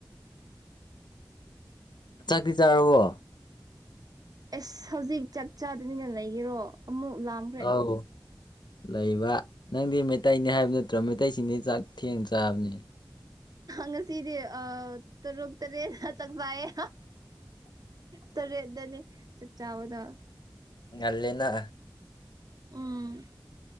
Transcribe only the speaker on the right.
ꯑꯁ ꯍꯧꯖꯤꯛ ꯆꯥꯛ ꯆꯥꯗꯃꯤꯅ ꯂꯩꯒꯦꯔꯣ ꯑꯃꯨꯛ ꯂꯥꯝ
ꯉꯥꯁꯤꯗꯤ ꯑ ꯇꯥꯔꯨꯛ ꯇꯔꯦꯠ ꯇꯥ ꯆꯥꯛ ꯆꯥꯏ ꯌꯦ ꯇꯔꯦꯠ ꯇꯅꯦ ꯆꯥꯛ ꯆꯕꯗꯣ
ꯎꯝ